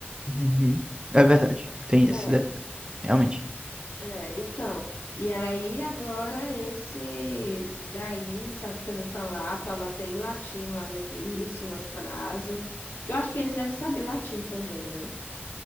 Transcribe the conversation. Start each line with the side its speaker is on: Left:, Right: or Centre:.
Right: Uhum. É verdade, tem
Left: É,
Right: esse detalhe, realmente.
Left: é, então. E aí, agora, esse daí sabe também falar, falou até em latim lá no início, umas frases. Que eu acho que eles devem saber latim também, né?